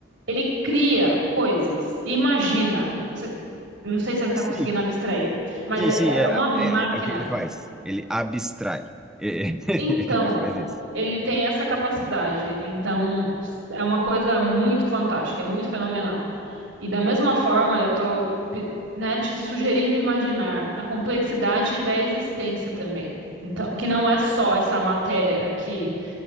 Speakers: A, on the right; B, in the centre.
A: Ele cria coisas. Imagina. Você, não sei se você está
B: Sim,
A: conseguindo abstrair, mas
B: sim,
A: é
B: sim,
A: é
B: é,
A: uma máquina.
B: é, é é o que ele faz. Ele abstrai. É, <laughs>
A: Então,
B: ele faz isso.
A: ele tem essa capacidade. Então, é uma coisa muito fantástica, é muito fenomenal. E da mesma forma, eu tô, pe- né, te sugerindo imaginar a complexidade da existência também. Então, que não é só essa matéria aqui